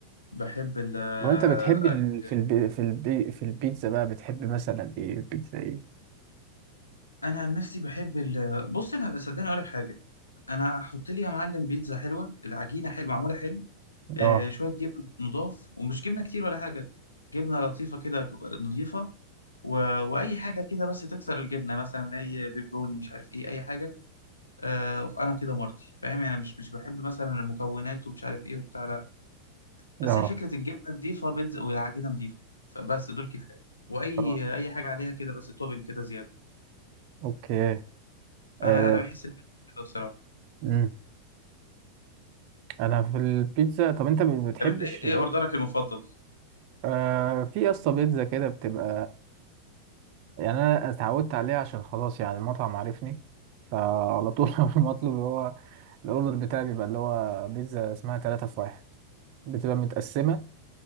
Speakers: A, on the left; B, on the right.
A: بحب الأكل
B: وانت بتحب ال... في الب... في الب... في البيتزا بقى بتحب مثلا ايه بيتزا ايه
A: أنا عن نفسي بحب ال... بص أنا صدقني أقول لك حاجة أنا هحط لي يا معلم بيتزا حلوة العجينة حلوة معمولة حلو آه
B: اه
A: شوية جبنة نضاف ومش جبنة كتير ولا حاجة جبنة لطيفة كده نضيفة و... وأي حاجة كده بس تكسر الجبنة مثلا أي بيبروني مش عارف إيه أي حاجة آه أنا كده مرضي فاهم يعني مش مش بحب مثلا المكونات ومش عارف إيه وبتاع لا بس
B: اه
A: هي فكرة الجبنة نضيفة بيتزا والعجينة نضيفة فبس دول كفاية وأي
B: اه
A: أي حاجة عليها كده بس توبنج كده زيادة
B: اوكي آه...
A: فأنا أنا بحس البيتزا كده بصراحة
B: امم انا في البيتزا طب انت ما بتحبش
A: طب أنت إيه إيه أوردرك المفضل؟
B: آه... في يا اسطى بيتزا كده بتبقى يعني انا اتعودت عليها عشان خلاص يعني المطعم عارفني فعلى طول <laughs> المطلوب هو الاوردر بتاعي بيبقى اللي هو بيتزا اسمها 3 في واحد بتبقى متقسمة